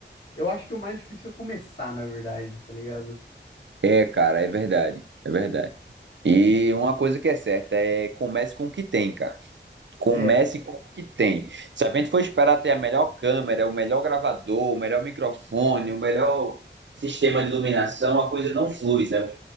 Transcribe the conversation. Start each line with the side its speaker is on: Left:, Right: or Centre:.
Left: Eu acho que o mais difícil é começar, na verdade, tá ligado?
Right: É, cara, é verdade. É verdade. E uma coisa que é certa é comece com o que tem, cara. Comece
Left: É,
Right: com o que tem. Se a gente for esperar ter a melhor câmera, o melhor gravador, o melhor microfone, o melhor sistema de iluminação, a coisa não flui, né?